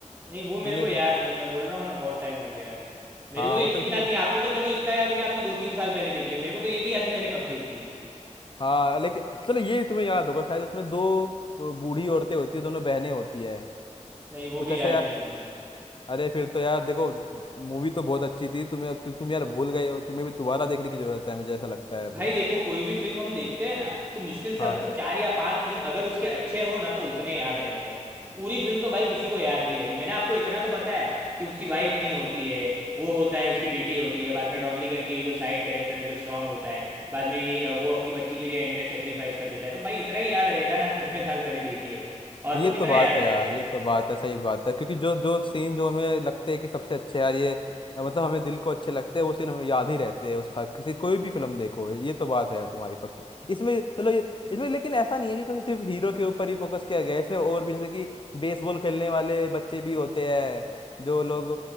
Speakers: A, on the right (about 20°); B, on the left (about 40°).
A: नहीं वो
B: तुमने
A: मेरे को
B: इसे?
A: याद नहीं मैं बोल रहा हूँ ना बहुत टाइम हो गया मेरे
B: हाँ
A: को तो ये
B: मतलब
A: भी
B: इसमें
A: याद नहीं आपको तो चलो इतना याद है कि आपने दो तीन साल पहले देखी है मेरे को तो ये भी याद नहीं मैंने कब देखी है
B: हाँ लेकिन चलो ये तुम्हें याद होगा शायद उसमें दो अ, बूढ़ी औरतें होती है दोनों बहनें होती है
A: नहीं वो
B: कुछ
A: भी
B: ऐसा
A: याद
B: याद
A: नहीं है भाई
B: अरे फिर तो यार देखो मूवी तो बहुत अच्छी थी तुम्हें तुम यार भूल गए हो तुम्हें भी दोबारा देखने की जरूरत है मुझे ऐसा लगता है अभी
A: भाई देखो कोई भी फिल्म हम देखते हैं ना तो मुश्किल से
B: हाँ
A: हमको चार या पांच सीन अगर उसके अच्छे हो ना तो उतने याद रहते हैं पूरी फिल्म तो भाई किसी को याद नहीं रहती मैंने आपको इतना तो बताया कि उसकी वाइफ नहीं होती है वो होता है उसकी बेटी होती है बाद में डॉनली करके ये जो साइड कैरेक्टर है जो स्ट्रांग होता है बाद में ये अ, वो अपनी बच्ची के लिए एंड में सेक्रीफाइस कर देता है तो भाई इतना ही याद रहेगा ना कितने साल पहले देखी है तो और
B: ये
A: तो
B: तो
A: कितना
B: बात
A: याद
B: है यार
A: रहेगा
B: ये तो बात है सही बात है क्योंकि जो जो सीन जो हमें लगते हैं कि सबसे अच्छे यार ये अ, मतलब हमें दिल को अच्छे लगते हैं वो सीन हमें याद ही रहते हैं उस हर किसी कोई भी फिल्म देखो ये तो बात है यार तुम्हारी पक्की इसमें चलो ये इसमें लेकिन ऐसा नहीं है कि कोई सिर्फ हीरो के ऊपर ही फोकस किया गया है इसमें और भी जैसे कि बेसबॉल खेलने वाले बच्चे भी होते हैं जो लोग